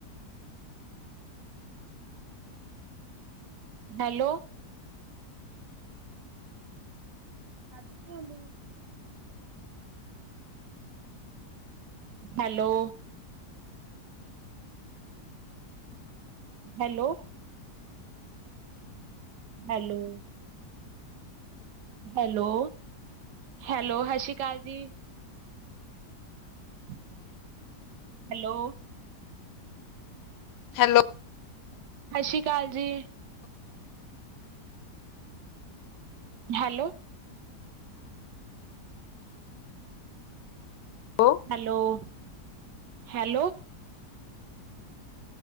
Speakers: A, on the right (about 85°); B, on the left (about 80°).
A: Hello. ਵਾਜ਼ ਨੀ ਆਉਂਦੀ hello. Hello. Hello.
B: <inaudible>
A: Hello -hello, ਸਤਿ ਸ਼੍ਰੀ ਅਕਾਲ ਜੀ <inaudible> ਹੈਲੋ।
B: ਹੈਲੋ।
A: ਸਤਿ ਸ਼੍ਰੀ ਅਕਾਲ ਜੀ। ਹੈਲੋ
B: ਹੋ <unintelligible>
A: ਹੈਲੋ-ਹੈਲੋ